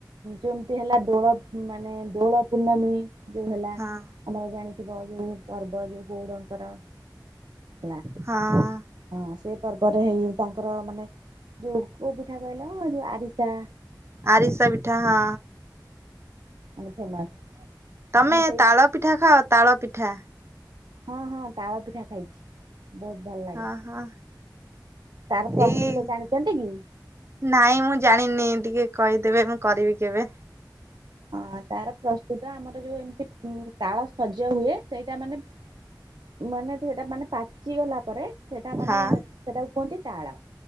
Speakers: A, on the right; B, on the right.
A: ଯେଉମ୍ତି ହେଲା ଦୋଳ ମାନେ ଦୋଳ ପୂର୍ଣ୍ଣମୀ ଯୋଉ ହେଲା।
B: ହଁ।
A: ଆମର ଜାଣିଥିବ ଯୋଉ ପର୍ବ ଯୋଉ ଗଉଡଙ୍କର ହେଲା।
B: ହଁ
A: ହଁ ସେ ପର୍ବରେ ହେଇ ତାଙ୍କର ମାନେ ଯୋଉ କୋଉ ପିଠା କହିଲ ଯୋଉ ଆରିସା।
B: ଆରିସା ପିଠା ହଁ।
A: ମାନେ ଫେମସ୍।
B: ତମେ
A: ମାନେ ସେଇ
B: ତାଳ ପିଠା ଖାଅ ତାଳ ପିଠା?
A: ହଁ ହଁ ତାଳ ପିଠା ଖାଇଛି ବହୁତ ଭଲ ଲାଗେ।
B: ହଁ ହଁ
A: ତାର ପ୍ରସ୍ତୁତ
B: ଏଇ
A: ଜାଣିଛନ୍ତି କି?
B: ନାଇଁ ମୁଁ ଜାଣିନି ଟିକେ କହିଦେବେ ମୁଁ କରିବି କେବେ?
A: ହଁ ତାର ପ୍ରସ୍ତୁତ ଆମର ଯୋଉ ଏମିତି ଉଁ ତାଳ ଶଜ ହୁଏ ସେଇଟା ମାନେ ମାନେ ସେଇଟା ମାନେ ପାଚି ଗଲା ପରେ ସେଟା ମାନେ
B: ହଁ
A: ସେଟାକୁ କୁହନ୍ତି ତାଳ